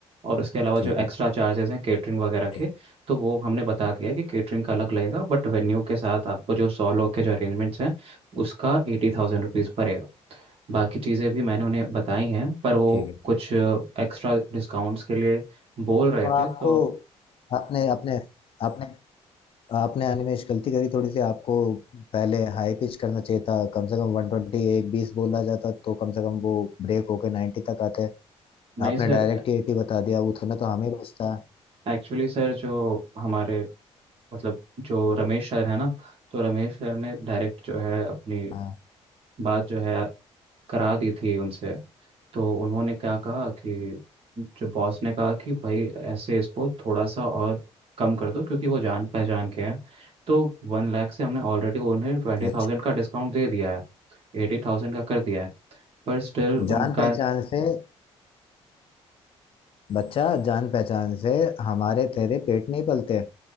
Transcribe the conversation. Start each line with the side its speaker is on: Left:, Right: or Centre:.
Right: और उसके अलावा
Left: ठीक
Right: जो एक्स्ट्रा
Left: है
Right: चार्जेस हैं केटरिंग वगैरह
Left: ठीक
Right: के तो वो हमने बता दिया है कि केटरिंग का अलग लगेगा बट वेन्यू के साथ आपको जो सौ लोग के जो अरेंजमेंट्स हैं उसका एटी थाउजेंड रुपीज़ पड़ेगा बाकी चीज़ें भी मैंने उन्हें बताई हैं पर वो
Left: ठीक है
Right: कुछ एक्स्ट्रा डिस्काउंट्स के लिए बोल रहे
Left: तो
Right: थे
Left: आपको
Right: तो
Left: आपने आपने आपने आपने अनिमेश गलती करी थोड़ी सी आपको पहले हाई पिच करना चाहिए था कम से कम 120 एक बीस बोला जाता तो कम से कम वो ब्रेक होके 90 तक आते
Right: नहीं
Left: आपने
Right: सर
Left: डायरेक्ट ही एटी बता दिया उतना तो हमें बचता
Right: एक्चुअली सर जो हमारे मतलब जो रमेश सर है ना तो रमेश सर ने डायरेक्ट जो है अपनी
Left: हाँ
Right: बात जो है करा दी थी उनसे तो उन्होंने क्या कहा कि जो बॉस ने कहा कि भाई ऐसे इसको थोड़ा सा और कम कर दो क्योंकि वो जान पहचान के हैं तो वन लाख से हमने ऑलरेडी उन्हें ट्वेंटी
Left: अच्छा
Right: थाउजेंड का डिस्काउंट दे दिया है एटी थाउजेंड का कर दिया है पर स्टिल उनका
Left: जान पहचान से बच्चा जान पहचान से हमारे तेरे पेट नहीं पलते